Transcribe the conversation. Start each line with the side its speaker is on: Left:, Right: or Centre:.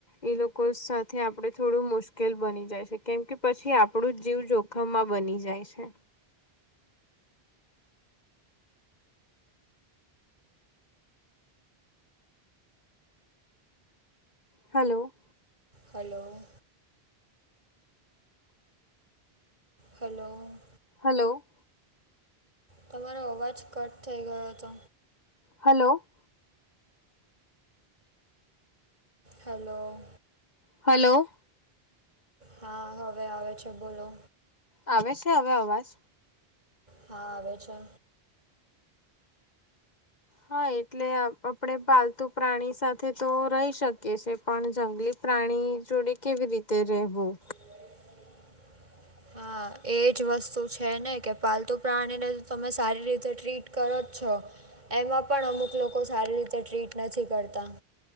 Left: ઈ લોકો સાથે આપડે થોડું મુશ્કેલ બની જાય છે કેમ કે પછી આપણું જીવ જો <unintelligible> બની જાય છે. હલો.
Right: હલો. હલો.
Left: હલો.
Right: તમારો અવાજ કટ થઈ ગયો હતો.
Left: હલો.
Right: હલો.
Left: હલો.
Right: હા હવે આવે છે બોલો.
Left: આવે છે હવે અવાજ?
Right: હા આવે છે.
Left: હા એટલે આપણે પાલતુ પ્રાણી સાથે તો રહી શકીએ છે. પણ જંગલી પ્રાણી જોડે કેવી રીતે રેહવું?
Right: એક. હા એ જ વસ્તુ છે ને કે પાલતુ પ્રાણીને તમે સારી રીતે ટ્રીટ કરો જ છો. એમાં પણ અમુક લોકો સારી રીતે ટ્રીટ નથી કરતા.